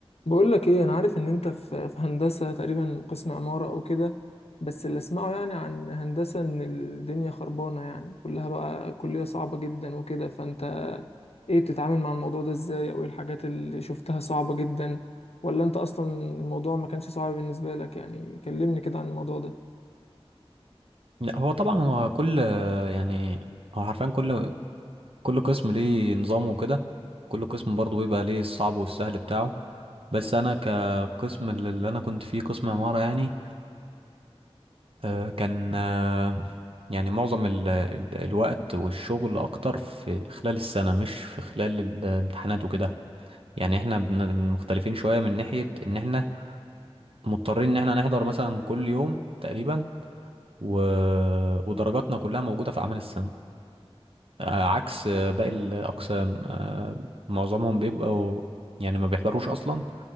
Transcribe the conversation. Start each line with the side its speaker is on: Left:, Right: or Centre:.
Left: بقول لك ايه انا عارف ان انت في في هندسه تقريبا قسم عماره او كده بس اللي اسمعه يعني عن هندسه ان الدنيا خربانه يعني كلها بقى كليه صعبه جدا وكده فانت ايه بتتعامل مع الموضوع ده ازاي او ايه الحاجات اللي شفتها صعبه جدا ولا انت اصلا الموضوع ما كانش صعب بالنسبه لك يعني كلمني كده عن الموضوع ده
Right: لا هو طبعا هو كل يعني هو حرفيا كل كل قسم ليه نظامه وكده كل قسم برضه بيبقى ليه الصعب والسهل بتاعه بس انا كقسم اللي اللي انا كنت فيه قسم عمارة يعني آه، كان آه، يعني معظم ال ال الوقت والشغل اكتر في خلال السنة مش في خلال الامتحانات وكده يعني احنا بن- مختلفين شوية من ناحية ان احنا مضطرين ان احنا نحضر مثلا كل يوم تقريبا و... ودرجاتنا كلها موجودة في اعمال السنة آه، عكس آه، باقي الأقسام آه، معظمهم بيبقوا يعني ما بيحضروش أصلا